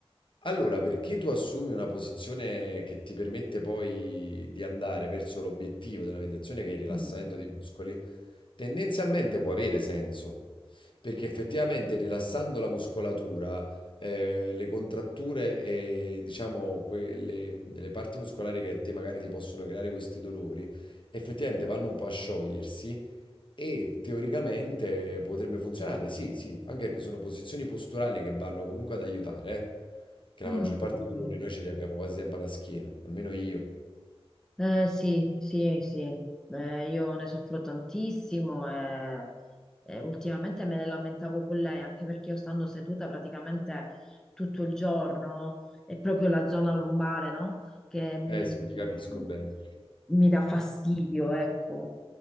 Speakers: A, on the left (about 50°); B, in the centre.
A: Allora, perché tu assumi una posizione che ti permette poi di andare verso l'obiettivo della meditazione, che è il rilassamento
B: Mm.
A: dei muscoli, tendenzialmente può avere senso, perché effettivamente rilassando la muscolatura, eh, le contratture e diciamo quelle, le parti muscolari che a te magari ti possono creare questi dolori, effettivamente vanno un po' a sciogliersi E teoricamente potrebbe funzionare, sì, sì, anche perché sono posizioni posturali che vanno comunque ad aiutare, eh, Che
B: Mm.
A: la maggior parte dei dolori noi ce li abbiamo quasi sempre alla schiena, almeno io.
B: Eh, sì, sì, sì, Eh, io ne soffro tantissimo e, e ultimamente me ne lamentavo con lei, anche perché io stando seduta praticamente tutto il giorno, è proprio la zona lombare, no? Che mi,
A: Eh sì,
B: mi-
A: ti capisco bene.
B: mi dà fastidio, ecco.